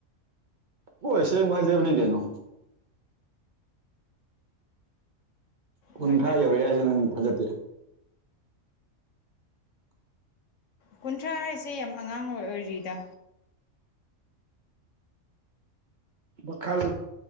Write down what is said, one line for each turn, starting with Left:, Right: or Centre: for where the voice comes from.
Right: ꯑꯣ ꯑꯁꯦꯡꯕ ꯍꯥꯏꯖꯕꯅꯦ ꯀꯩꯅꯣ ꯀꯨꯟꯊ꯭ꯔꯥ
Left: ꯍꯣꯏꯗ
Right: ꯌꯧꯔꯦ ꯍꯥꯏꯁꯦ ꯅꯪ ꯊꯥꯖꯗꯦ
Left: ꯀꯨꯟꯊ꯭ꯔꯥ ꯍꯥꯏꯁꯤ ꯌꯥꯝ ꯑꯉꯥꯡ ꯑꯣꯏ ꯑꯣꯏꯔꯤꯗ
Right: ꯋꯥꯈꯜ